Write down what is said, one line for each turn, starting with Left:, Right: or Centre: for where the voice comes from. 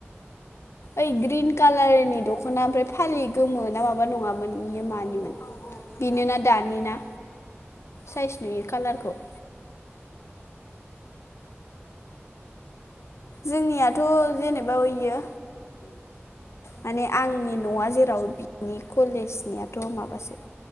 Left: ओइ ग्रिन कालारनि दख'ना ओमफ्राय फालि गोमो ना माबा नङामोन? बियो मानिमोन
Right: औ औ जोंना बेनो
Left: बेनोना
Right: औ
Left: दानि ना साइस नुयो कालारख औ
Right: ओं
Left: जोंनियाथ' जेनेबा ओइयो
Right: उम
Left: माने आंनि न'आ जेराव बिनि कलेजनियाथ' माबासो